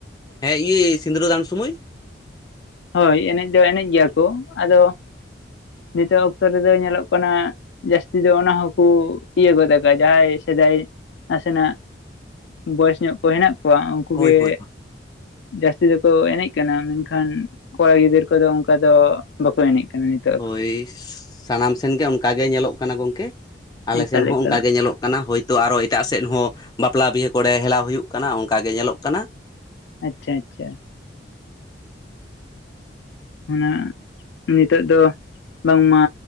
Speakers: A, on the left; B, on the left.
A: ᱦᱮᱸ ᱤᱭᱟ. ᱥᱤᱸᱱᱫᱽᱨᱟᱹᱫᱟᱱ ᱥᱩᱢᱟᱹᱭ
B: ᱦᱳᱭ ᱮᱱᱮᱡ ᱫᱚ ᱮᱱᱮᱡ ᱜᱮᱭᱟ ᱠᱚ ᱟᱫᱚ ᱱᱤᱛᱚᱜ ᱚᱠᱛᱚ ᱨᱮᱫᱚ ᱧᱮᱞᱚᱜ ᱠᱟᱱᱟ᱾ ᱡᱟᱹᱥᱛᱤ ᱫᱚ ᱚᱱᱟ ᱦᱚᱸᱠᱩ ᱤᱭᱟᱹ ᱜᱚᱫ ᱠᱟᱜ ᱡᱟᱦᱟᱸᱭ ᱥᱮᱫᱟᱭ ᱱᱟᱥᱮᱱᱟᱜ ᱵᱚᱭᱮᱥ ᱧᱚᱜ ᱠᱚ ᱦᱮᱱᱟᱜ ᱣᱟᱜ ᱩᱱᱠᱩ
A: ᱦᱳᱭ
B: ᱜᱮ
A: ᱦᱳᱭ
B: ᱡᱟᱹᱥᱛᱤ ᱫᱚᱠᱚ ᱮᱱᱮᱡ ᱠᱟᱱᱟ ᱢᱮᱱᱠᱷᱟᱱ ᱠᱚᱲᱟ ᱜᱤᱫᱟᱹᱨ ᱠᱚᱫᱚ ᱚᱱᱠᱟ ᱫᱚ ᱵᱟᱠᱚ ᱮᱱᱮᱡ ᱠᱟᱱᱟ ᱱᱤᱛᱚᱹᱜ
A: ᱦᱳᱭ ᱥᱟᱱᱟᱢ ᱥᱮᱱ ᱜᱮ ᱚᱱᱠᱟ ᱜᱮ ᱧᱮᱞᱚᱜ ᱠᱟᱱᱟ ᱜᱚᱝᱠᱮ ᱟᱞᱮ
B: ᱮᱠᱟᱞ
A: ᱥᱮᱱ ᱦᱚᱸ
B: ᱮᱠᱟᱞ
A: ᱚᱱᱠᱟ ᱜᱮ ᱧᱮᱞᱚᱜ ᱦᱮᱸ ᱦᱳᱭᱛᱚ ᱟᱨᱚ ᱮᱴᱟᱜ ᱥᱮᱫ ᱦᱚᱸ ᱵᱟᱯᱞᱟ ᱵᱤᱦᱟᱹ ᱠᱚᱨᱮ ᱦᱮᱞᱟᱣ ᱦᱩᱭᱩᱜ ᱠᱟᱱᱟ ᱚᱱᱠᱟ ᱜᱮ ᱧᱮᱞᱚᱜ ᱠᱟᱱᱟ
B: ᱟᱪᱷᱟ ᱟᱪᱷᱟ ᱚᱱᱟ ᱱᱤᱛᱟᱹᱜ ᱫᱚ ᱵᱟᱝᱢᱟ